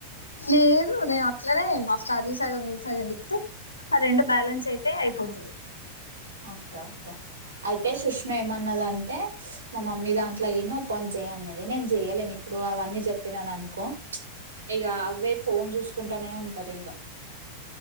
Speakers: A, on the left; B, on the right.
A: లేదు నేను అట్లనే మస్త్ చదిససగ నిలిప్తే ఆ రెండు బ్యాలెన్స్ అయితే అయిపోతుంది
B: ఓకే ఓకే అయితే సుష్మ ఏమన్నదంటే స్ మా మమ్మీ దాంట్లో ఒఓపన్ చేయన్నడి నేను చెయలేను ఇప్పుడు అవన్నీ చెప్పినను అనుకో ఇక అవే ఫోన్ చూసుకుంటానే ఉంటంది ఇంగా